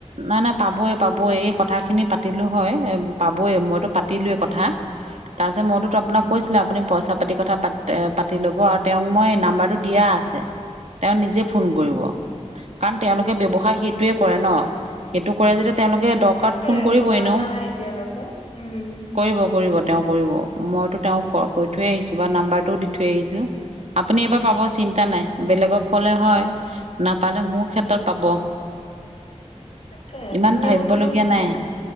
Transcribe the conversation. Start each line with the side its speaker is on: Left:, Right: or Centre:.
Right: নাই নাই পাবই পাবই এই কথাখিনি পাত পাতিলো হয় পাবই মইতো পাত পাতিলো
Left: উম
Right: কথা, তাৰপাছত মইতোতো আপোনাক
Left: উম
Right: কৈছিলোৱে আপুনি পইচা পাতি কথা পা পাতি ল'ব আৰু তেওঁক মই নাম্বাৰটো দিয়া আছে, তেওঁ নিজে ফোন
Left: উম
Right: কৰিব। কাৰণ তেওঁলোকে ব্যৱসায় সেইটোৱে কৰে ন, সেইটো কৰে যেতিয়া তেওঁলোকে দৰকাৰত
Left: তাকে
Right: ফোন কৰিব
Left: কৰা
Right: এনেও,
Left: নাই এতিয়ালৈকে উম
Right: কৰিব কৰিব তেওঁ কৰিব। মইতো তেওঁক কৈ
Left: তাকে
Right: থৈ আহিছো বা নাম্বাৰটোও দি থৈ আহিছো, আপুনি এইবাৰ
Left: উম
Right: পাব চিন্তা নাই। বেলেগক ক'লে হয়। নাপালে মোৰ ক্ষেত্ৰত পাব।
Left: তাকে
Right: ইমান
Left: কোনেও
Right: ভাবিবলগীয়া
Left: বোলো
Right: নাই
Left: অ।